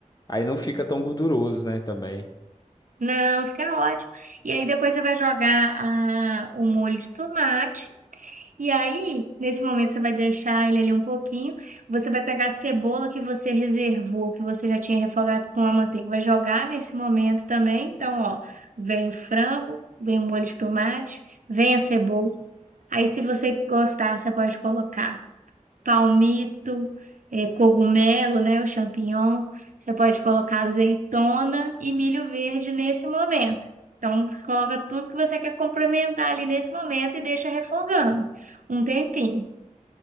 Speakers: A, on the left; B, on the right.
A: Aí não fica tão gorduroso, né? Também.
B: Não, fica ótimo. E aí depois você vai jogar a, o molho de tomate. E aí, nesse momento, você vai deixar ele ali um pouquinho. Você vai pegar a cebola que você reservou, que você já tinha refogado com a manteiga, vai jogar nesse momento também. Então, ó, vem o frango, vem o molho de tomate, vem a cebola. Aí, se você gostar, você pode colocar palmito, eh, cogumelo, né, o champignon. Você pode colocar azeitona e milho verde nesse momento. Então, você coloca tudo que você quer complementar ali nesse momento e deixa refogando um tempinho.